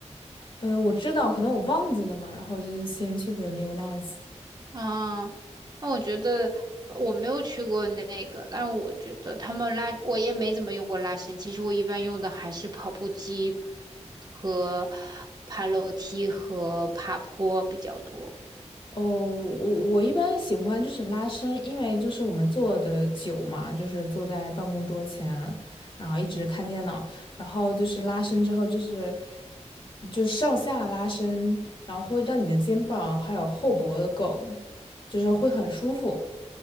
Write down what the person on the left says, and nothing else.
嗯、我知道可能我忘记了嘛，然后就先去的 New Nice。
哦，我我一般喜欢就是拉伸，因为就是我们坐的久嘛，就是坐在办公桌前，然后一直看电脑，然后就是拉伸之后就是就是上下拉伸，然后会让你的肩膀还有后脖的梗，就是会很舒服，